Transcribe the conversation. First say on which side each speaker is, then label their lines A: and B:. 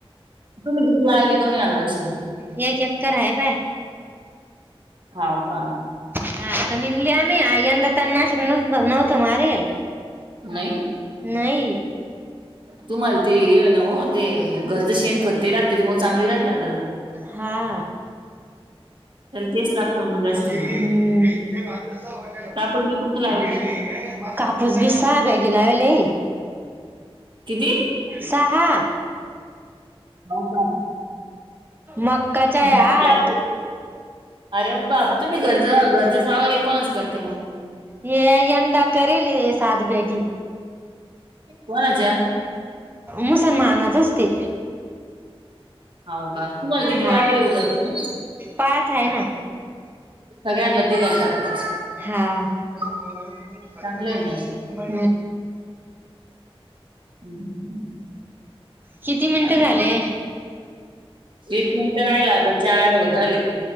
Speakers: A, on the right; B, on the right.
A: तुम्ही किती लावली कोणी यावलशी
B: ये चक्कर हय बाय
A: हो का
B: हा आता निली आम्ही अयंदा तनाशक न नव्हत मारेल
A: नाही
B: नाही
A: तुम्हाला ते हे ना हो ते घरचं शेण खतते राहते ते मग चांगली राहते आद्रक
B: हा
A: त्याला तेच लागतं मग जास्त
B: हे
A: करून
B: हे वाता वाटला.
A: कापूस बिपूस नाही लावेल काय
B: कापूच विसाा बेगला वले
A: किती
B: सहा
A: हो का
B: मक्काच्या
A: जास्त
B: आठ
A: लागते. अरे अ बा तुम्ही घरज घरचाच वावर एक कोणच करते मग
B: ये यंदा करील साध बेगी
A: को राजा
B: मुसलमानाच अस ते
A: हाव का तुम्हाला किती
B: हा
A: वावर येऊ घरचं
B: पाच आहे ना
A: सगळ्यांना तिघाला पाच पाच
B: हा ज
A: चांगलं
B: बला ला त
A: आहे मग
B: म
A: हम्म ह
B: किती मिनिट झाले
A: एक ननंतर राहिला आता चार होतले